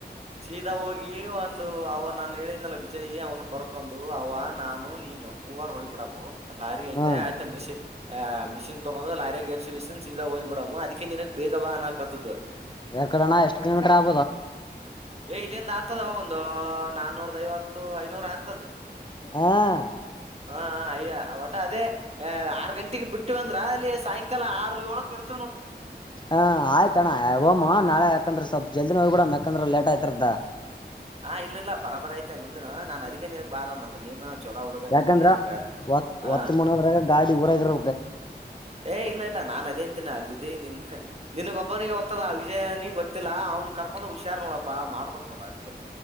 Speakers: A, on the right; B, on the left.
A: ಸೀದಾ ಹೋಗಿ ಒಂದು ಅವ ನಾನು ಹೇಳಿದ್ನಲ್ಲ ವಿಜಯ್ ಅವ್ನ್ ಕರ್ಕೊಂಡು ಅವ ನಾನು ನೀನ್ ಮೂವರು ಹೋಯಿ ಬಿಡೋಣ ಲಾರಿ ಐತೆ
B: ಹಾ
A: ಆಯತ ಮಿನ್ ಮಷಿನ್ ತಗೊಂಡ್ ಲಾರಿ ಎರ್ಸೀದಾಗ ಹೋಗಿ ಬಿಡ್ ಅದಿಕ್ಕೆ ನಿನಗ್ ಬೇಗ ಬಹಾನ ಕದ್ದುದು
B: ಯಾಕ್ <unintelligible> ಎಷ್ಟ ಕಿಲೋಮೀಟರ್ ಆತು
A: ಏ ಇಲ್ಲಿಂದ ಆತದ ಒಂದು ನಾನೂರದ ಐವತ್ತು ಐನೂರ್ ಆಗ್ತದೆ
B: ಹ
A: ಹ ಅಯ್ಯ ಒಟ ಅದೇ ಆರ್ ಗಂಟೆಗೆ ಬಿಟ್ಟಿವಂದ್ರ ಅಲ್ಲಿ ಸಾಯಂಕಾಲ ಆರು ಏಳಕ್ ಇರತ್ತ
B: ಹಾ ಆಯಿತ್ ಅಣ್ಣ ಹೋಮೋನ್ ನಾಳ ಯಾಕಂದ್ರೆ ಸ್ವಲ್ ಜಲ್ದಿ ನೋಡ ಯಕಂದ್ರ ಲೇಟ್ ಆಯಿತಿರ್ತಾ
A: ಹಾ ಇಲ್ಲ ಇಲ್ಲ ಬರಾಬರ ಆಯ್ತಾ ನಿಂದನು ನಾನ್ ಅದಿಕ ನಿನ್ಗ್ ಬಾರ ಅನ್ನೋ ನೀನು ಚೊಲೋ ಹುಡುಗನ
B: ಯಾಕಂದ್ರ
A: ಇದ ಏನ ಹಾ
B: ಒತ್ ಮಣದ್ರಾಗ ಗಾಡಿ ಊರಾಗಿರ್
A: ಏ ಇಲ್ಲ ಇಲ್ಲ ನಾನ್ತ್ ಅತಿನ ಅಲ್ಲ ನಿಮ ನಿನ್ಗ್ಗ ಒಬನಿಗೆ ಗೊತ್ತದ ಆ ವಿಜಯ್ನಿಗೆ ಗೊತ್ತಿಲ್ಲ ಅವನ್ ಕರ್ಕೊಂಡ್ ಹುಷಾರ್ ನೋಡಪ್ಪಾ ಮಾಡಬೇಕು <unintelligible>